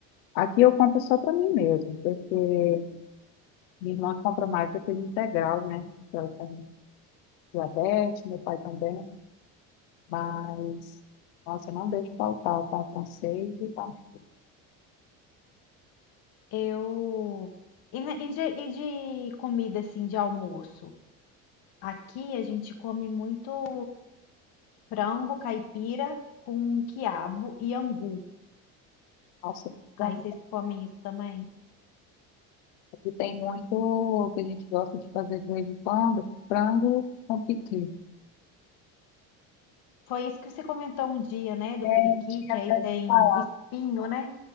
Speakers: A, on the left; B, on the left.
A: Aqui eu compro só para mim mesmo, porque minha irmã compra mais daquele integral, né? Que Ela tem diabetes, meu pai também. Mas, nossa, eu não deixo faltar o pão francês e o pão de queijo.
B: Eu e, na- e de, e de comida assim de almoço. Aqui a gente come muito frango caipira com quiabo e angu.
A: Nossa, bom,
B: Aí vocês comem isso também?
A: aqui tem muito o que a gente gosta de fazer de vez em quando, frango com piqui.
B: Foi isso que você comentou um dia, né, do
A: É,
B: pequi,
A: tinha
B: que
A: até
B: aí tem
A: de falar.
B: espinho, né?